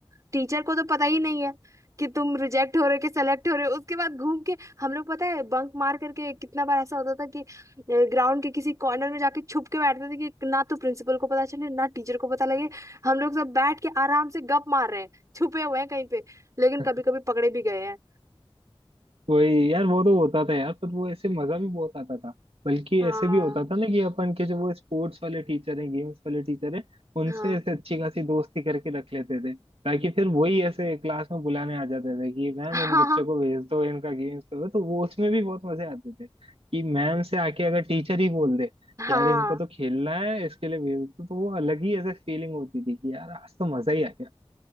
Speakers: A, on the right; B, on the right.
A: टीचर को तो पता ही नहीं है कि तुम रिजेक्ट हो रहे हो कि सेलेक्ट हो रहे हो उसके बाद घूम के हम लोग पता है बंक मार करके कितना बार ऐसा होता था कि ग्राउंड के किसी कॉर्नर में जाके छुप के बैठते थे कि ना तो प्रिंसिपल को पता चले ना टीचर को पता लगे हम लोग सब बैठ के आराम से गप मार रहे हैं छुपे हुए हैं कहीं पे लेकिन
B: <laughs>
A: कभी कभी पकड़े भी गए हैं
B: वही यार वो तो होता था यार पर वो ऐसे मजा भी बहुत आता था बल्कि
A: हाँ
B: ऐसे भी होता था ना कि अपन के जो वो स्पोर्ट्स वाले टीचर हैं गेम्स वाले टीचर हैं उनसे
A: हाँ
B: ऐसे अच्छी खासी दोस्ती करके रख लेते थे ताकि फिर वही ऐसे क्लास में बुलाने आ जाते थे कि मैम
A: हाँ
B: इन बच्चों को भेज दो इनका गेम्स करो तो वो उसमें भी बहुत मजे आते थे कि मैम से आके अगर टीचर ही बोल दे
A: हाँ
B: यार इनको तो खेलना है इसके लिए भेज दो तो वो अलग ही ऐसे फीलिंग होती थी कि यार आज तो मजा ही आ